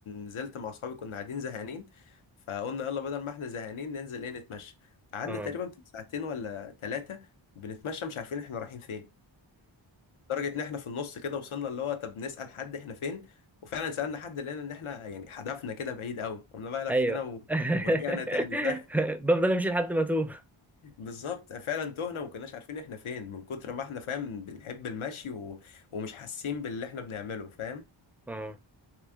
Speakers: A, on the left; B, in the centre.
A: نزلت مع اصحابي كنا قاعدين زهقانين فقلنا يلا بدل ما احنا زهقانين ننزل ايه نتمشى قعدنا
B: اه
A: تقريبا ساعتين ولا ثلاثه بنتمشى مش عارفين احنا رايحين فين لدرجه ان احنا في النص كده وصلنا اللي هو طب نسال حد احنا فين وفعلا سالنا حد لقينا ان احنا يعني هدفنا كده بعيد قوي قمنا بقى لفينا
B: ايوه
A: و... ورجعنا
B: <laughs>
A: تاني فاهم <laughs>
B: بفضل امشي لحد ما اتوه
A: بالظبط فعلا تهنا وما كناش عارفين احنا فين من كتر ما احنا فاهم بنحب المشي و... ومش حاسين باللي احنا بنعمله فاهم
B: اه